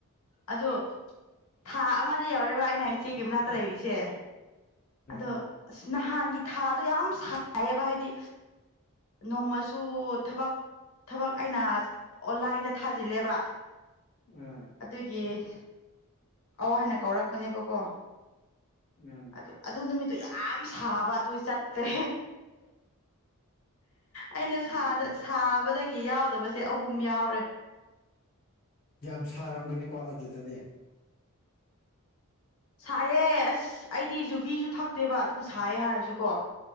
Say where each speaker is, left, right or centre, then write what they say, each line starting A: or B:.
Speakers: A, on the left; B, on the left.
A: ꯑꯗꯣ ꯊꯥ ꯑꯃꯗꯤ ꯌꯥꯎꯔꯦꯕ ꯑꯩꯅ ꯏꯆꯦꯒꯤ ꯃꯅꯥꯛꯇ ꯂꯩꯔꯤꯁꯦ
B: ꯎꯝ
A: ꯑꯗꯣ ꯑꯁ ꯅꯍꯥꯟꯒꯤ ꯊꯥꯗꯣ ꯌꯥꯝ ꯁꯥꯏꯌꯦꯕ ꯍꯥꯏꯗꯤ ꯅꯣꯡꯃꯁꯨ ꯊꯕꯛ ꯊꯕꯛ ꯑꯩꯅ ꯑꯣꯟꯂꯥꯏꯟꯗ ꯊꯥꯖꯤꯜꯂꯦꯕ
B: ꯎꯨꯝ
A: ꯑꯗꯨꯒꯤ <unintelligible> ꯍꯥꯏꯅ ꯀꯧꯔꯛꯄꯅꯦꯕꯀꯣ
B: ꯎꯝ
A: ꯑꯗꯨ ꯑꯗꯨ ꯅꯨꯃꯤꯠꯇꯨ ꯌꯥꯝ ꯁꯥꯕ ꯑꯗꯨ ꯆꯠꯇ꯭ꯔꯦ ꯑꯩꯅ
B: ꯎꯝ
A: ꯁꯥꯗ ꯁꯥꯕꯗꯒꯤ ꯌꯥꯎꯗꯕꯁꯦ ꯑꯍꯨꯝ ꯌꯥꯎꯔꯦ
B: ꯌꯥꯝ ꯁꯥꯔꯝꯒꯅꯤꯀꯣ ꯑꯗꯨꯗꯗꯤ
A: ꯁꯥꯏꯑꯦ ꯑꯁ ꯑꯩꯗꯤ ꯌꯨꯕꯤꯁꯨ ꯊꯛꯇꯦꯕ ꯑꯗꯨꯝ ꯁꯥꯏꯌꯦ ꯍꯥꯏꯔꯁꯨ ꯀꯣ